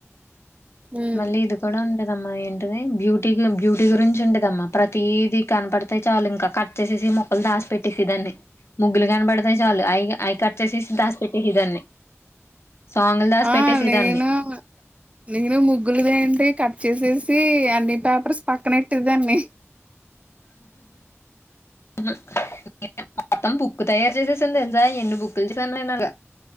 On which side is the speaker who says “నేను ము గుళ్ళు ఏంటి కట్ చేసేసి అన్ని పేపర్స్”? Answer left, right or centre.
Right